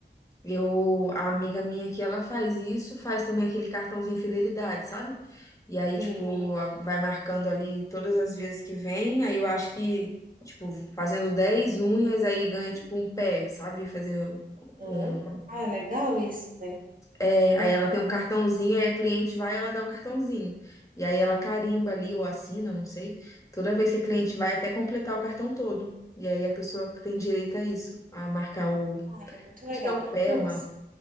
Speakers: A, on the left; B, on the right.
A: Eu, a amiga minha que ela faz isso, faz também aquele cartãozinho fidelidade, sabe? E aí,
B: Sim.
A: tipo, a- vai marcando ali todas as vezes que vem, aí eu acho que, tipo, fazendo 10 unhas, aí ganha, tipo, um pé, sabe? Fazer
B: Aham.
A: um...
B: Ah, legal isso, né?
A: É,
B: Não,
A: aí ela tem um cartãozinho, aí a cliente vai, ela dá o cartãozinho. E aí ela carimba ali, ou assina, não sei, toda vez que a cliente vai, até completar o cartão todo. E aí a pessoa tem direito a isso, a marcar o...
B: ah, é muito legal.
A: Acho que é o pé,
B: Não,
A: mano
B: assim,